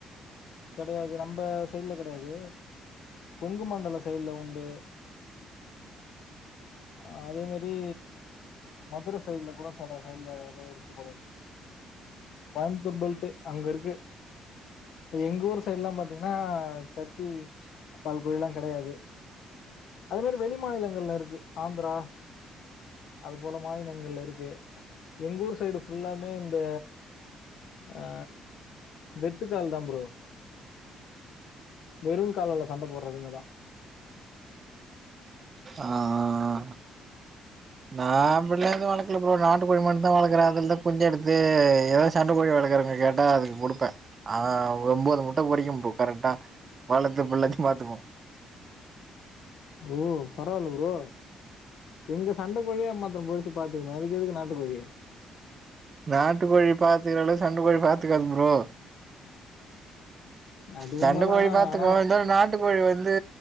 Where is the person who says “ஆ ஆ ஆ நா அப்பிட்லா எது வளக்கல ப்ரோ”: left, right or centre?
Right